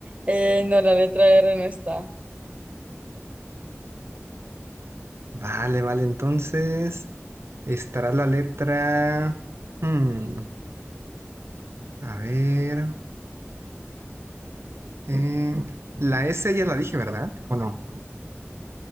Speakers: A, on the right; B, on the right.
A: Eh, no, la letra R no está.
B: Vale, vale. Entonces, estará la letra... mm, a ver. Mm, la S ya la dije, ¿verdad? ¿O no?